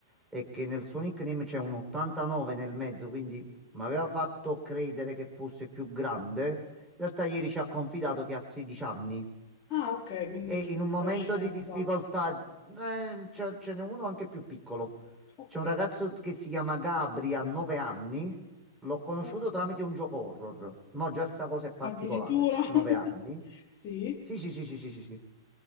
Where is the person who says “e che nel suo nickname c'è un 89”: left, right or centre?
Centre